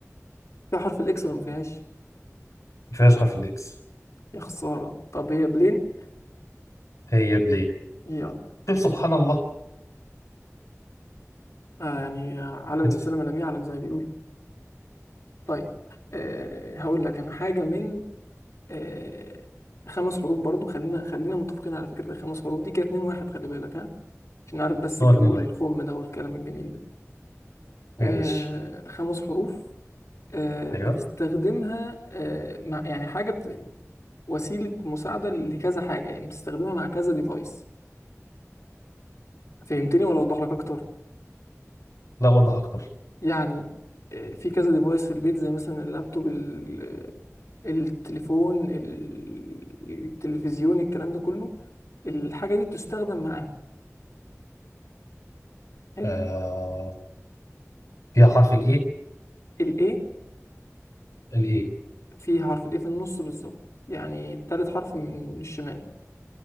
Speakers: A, on the left (about 60°); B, on the left (about 80°).
A: فيها حرف الإكس ولا ما فيهاش
B: ما فيهاش حرف الاكس
A: يا خسارة طب هي بلين
B: هي بلين
A: يلا
B: شوف
A: ماشي
B: سبحان الله
A: آه يعني عالم
B: ادفع
A: الإنسان ما لم يعلم زي ما بيقولوا طيب آه هقول لك أنا حاجة من آه خمس حروف برضو خلينا خلينا متفقين على فكرة الخمس حروف دي كانت اتنين واحد خلي بالك ها عشان عارف بس الجو
B: نقط اتنين
A: الخم
B: واحد
A: ده والكلام الجميل ده آه
B: ماشي
A: خمس حروف آه
B: ايوه
A: بتستخدمها آه مع يعني حاجة بت... وسيلة مساعدة لكذا حاجة يعني بتستخدمها مع كذا ديفايس فهمتني ولا أوضح لك أكتر؟
B: لا وضح اكتر
A: يعني آه، في كذا ديفايس في البيت زي مثلا اللابتوب ال- التليفون ال- التلفزيون الكلام ده كله الحاجة دي بتستخدم معاهم حلو
B: آه... فيها حرف الايه
A: الاي
B: الايه
A: في حرف الاي في النص بالظبط يعني تالت حرف من الشمال